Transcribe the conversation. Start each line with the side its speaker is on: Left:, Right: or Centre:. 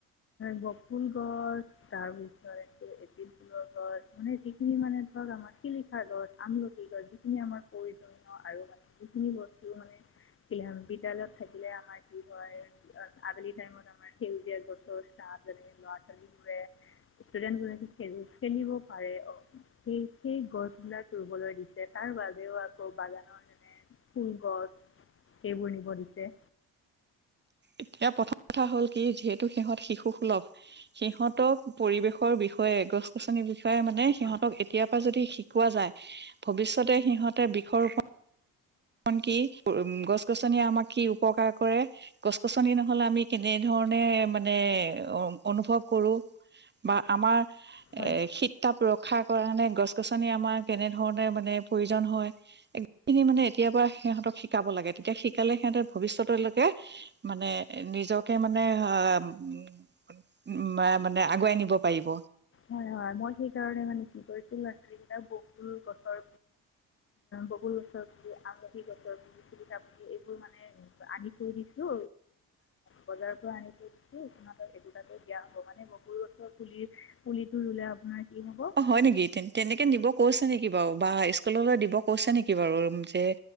Left: বকুল গছ তাৰ পিছত <unintelligible> যিখিনি মানে ধৰক আমাৰ শিলিখা গছ, আমলখি গছ যিখিনি আমাৰ প্ৰয়োজনীয় আৰু যিখিনি বস্তু মানে থাকিলে আম বিদ্যালয়ত থাকিলে আমাৰ কি হয় আবেলি টাইমত আমি সেউজীয়া গছৰ ছা যেনে <unintelligible> ষ্টুডেণ্ট বোৰে খেজু খেলিব পাৰে অ সি সেই গছ বিলাক ৰুবলৈ দিছে, তাৰ বাবেও আকৌ বাগানৰ মানে ফুল গছ সেইবোৰ নিব দিছে
Right: এতিয়া প্ৰথম কথা হ'ল কি যিহেতু সিহঁত শিশু সুলভ, সিহঁতক পৰিৱেশৰ বিষয়ে, গছ গছনিৰ বিষয়ে, য়ে মানে সিহঁতক
Left: হয়
Right: এতিয়া যদি শিকোৱা যায় ভৱিষ্যতে সিহঁতে বৃক্ষ ৰোপণ ন কি? গছ গছনিয়ে আমাক কি উপকাৰ কৰে, গছ গছনি নহলে আমি কেনেধৰণে মানে অনুভৱ কৰো, বা আমাৰ
Left: হয়
Right: এ শীত তাপ বোৰক ক্ষা কৰা নে গছ- গছনি আমাৰ কেনে ধৰণে মানে প্ৰয়োজন হয়, এইখিনি মানে এতিয়াৰ পৰা সিহঁতক শিকাব লাগে। তেতিয়া শিকালে সিহঁতে ভৱিষ্যতলৈকে মানে নিজকে মানে উ উ মা মানে আগুৱাই নিব পাৰিব।
Left: হয় হয় মই সেইকাৰণে মানে <unintelligible> বকুল গছৰ বকুল গছৰ পুলি, আমলখি গছৰ পুলি এইখিনি মানে আনি থৈ দিছো বজাৰ পৰা আনি থৈ দিছো <unintelligible> বকুল গছৰ পুলি পুলিটো ৰুলে আপোনাৰ কি হ'ব
Right: অ' হয় নেকি, তেনেকে নিব কৈছে নেকি বাৰু, বা স্কুললৈ দিব কৈছে নেকি বাৰু? যে